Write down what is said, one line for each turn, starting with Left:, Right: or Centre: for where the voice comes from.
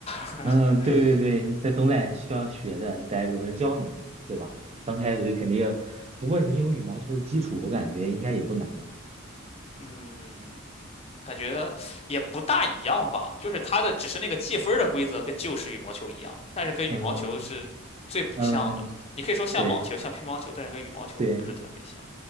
Left: <laughs>
Right: 嗯对对对，你得总得需要学的，你得有人教你，对吧？
Left: 嗯，
Right: 刚开始肯定，
Left: 对
Right: 不过你有羽毛球的基础，我感觉应该也不难吧。
Left: 嗯，感觉也不大一样吧，就是它的只是那个计分儿的规则跟旧式羽毛球一样，但是跟羽毛球是最不像的。
Right: 嗯嗯，
Left: 你可以说像网球、
Right: 对
Left: 像乒乓球，但是跟羽毛球不是特别像。
Right: 对，